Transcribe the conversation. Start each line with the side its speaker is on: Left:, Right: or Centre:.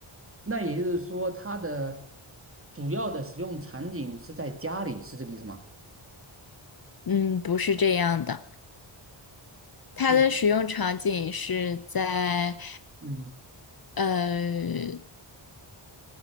Right: 那也就是说，它的主要的使用场景是在家里，是这个意思吗？
Left: 嗯，不是这样的。它的使用场景是在，
Right: 嗯，嗯，
Left: 呃，